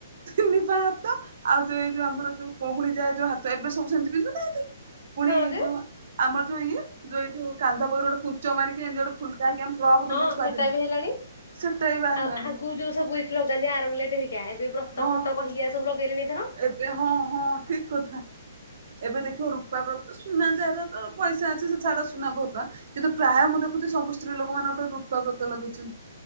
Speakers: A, on the right; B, on the left.
A: ତିନିପା ହାତ ଆଉ ଯୋ ଏଇ ଯୋଉ ଆମର ଯୋଉ କୋହୁଣୀ ଯାଏ ଯୋଉ ହାତ ଏବେ ସବୁ ସେମିତି ପିନ୍ଧୁ ନାହାନ୍ତି। ପୁଣି
B: ହଁ ଯେ
A: ଯୋଉ ଆମର ଯୋଉ ଇଏ ଯୋଉଏଇଠୁ କାନ୍ଧ ପାଖରୁ ଗୋଟେ କୁଞ୍ଚ ମାରିକି ଏମିତି ଗୋଟେ ଫୁଲ ଯାଇକି ଆମେ ଫ୍ରକ୍
B: ହଁ
A: ବିତି ଛୁଆ
B: ସେଟା
A: ଦିନେ
B: ବି ହେଲାଣି।
A: ସେଟା ବି ବାହାରିଲାଣି।
B: ଆଉ ଆଗକୁ ଯୋଉ ସବୁ ଏଠି ଲଗାନ୍ତି ଆରମଲେଟ ହେରିକା ଏବେ ବ୍ରତ
A: ହଁ
B: ଫ୍ରତ କହିକି ଏରା ସବୁ ଲଗେଇଲେଣି ଏଥର।
A: ଏବେ ହଁ ହଁ ଠିକ କଥା। ଏବେ ଦେଖିବ ରୂପା ବ୍ରତ ସୁନା ଯାହାର ତ ପଇସା ଅଛି ସେ ଛାଡ ସେ ସୁନା ବହୁତ ଟଙ୍କା କିନ୍ତୁ ପ୍ରାୟ ମୁଁ ଦେଖୁଛି ସବୁ ସ୍ତ୍ରୀ ଲୋକ ମାନେ ଗୋଟେ ରୂପା ବ୍ରତ ଲଗେଇଛନ୍ତି।